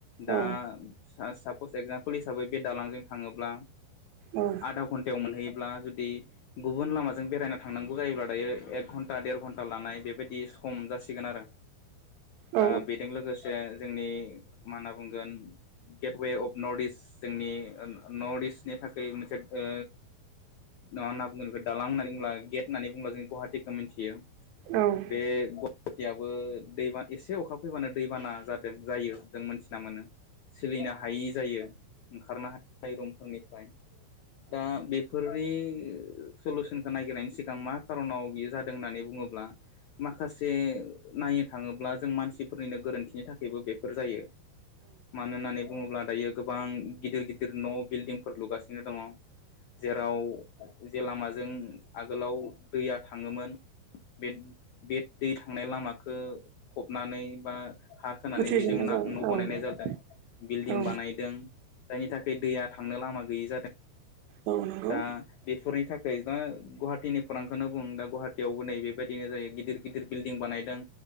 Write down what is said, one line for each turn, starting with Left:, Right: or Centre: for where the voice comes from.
Left: दा
Right: औ
Left: सा एजामोल हिसाबै बे दालांजों थाङोब्ला
Right: औ
Left: आदा घणट मोनहै ल्बा जुदि गुबुन लामाजों बेरायना थांनांगौ जायोब्ला दायो एक घन्टा देर घन्टा लानाय बेबायदि खम जासिगोन आरो
Right: औ
Left: दा बेजों लोगोसे जोंनि मा होनना बुंगोन गेटवे अफ नर्थ इस्ट जोंनि नर्थ इस्टनि थाखाय मोनसे ओ मा होनना बुंगोन दालां होननानै बुंब्ला गेट होननानै ब बुंब्ला जों गुवाहाटिखौ मिन्थि
Right: औ औ
Left: बे गवाहाटियाबो दैबा एसे अखा फैबानो दैबाना जादों जायो जों मोनथिना मोनो सोलिनो हायि जायो। ओंखारनो हायो रुमफोरनिफ्राय दा बेफोरनि सलुसनखौ ननायागिरनायनि सिगां मा खार'नाव बियो जादों होननानै बुङोब्ला माखासे नायनो थाङोब्ला जों मानसिफोरनिनो गोरोन्थिनि थाखायबो बेफोर जायो ‌ मानो होननानै बुङोब्ला दायो गोबां गिदिर गिदिर न' बिल्डिंफोर लुगासिनो दङ। जेराव जे लामाजों आगोलाव दैया थ थाङोमोन बे बे दै थांनाय लामखौ फबनानै बा हा खोनानै
Right: होथेजोबनाय
Left: बेजों ना
Right: जाबाय
Left: न'
Right: औ
Left: बानायनाय जादों बिल्डिं
Right: औ
Left: बानाय जायनि थाखाय दैया थांनो लामा गैयि जादों।
Right: औ नंगौ
Left: दा बेफोरनि थाखाय दा गुवाहाटिनि खौरांखौनो बुं दा गुवाहाटियावबो नै बेबायदिनो जायो गिदिर गिदिर बिल्डिं बानायदों।